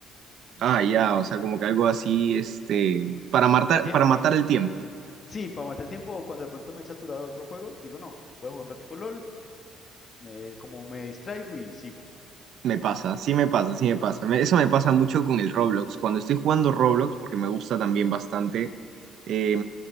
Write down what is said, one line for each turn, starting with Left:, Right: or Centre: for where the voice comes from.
Right: Ah, ya, o sea, como que algo así, este, para matar,
Left: Sí,
Right: para
Left: ah,
Right: matar el tiempo.
Left: sí, para matar el tiempo o cuando de pronto me he saturado de otro juego, digo, no, voy a jugar un ratico LOL, me, como me distraigo y sigo.
Right: Me pasa, sí me pasa, sí me pasa. Me- eso me pasa mucho con el Roblox. Cuando estoy jugando Roblox, porque me gusta también bastante, eh,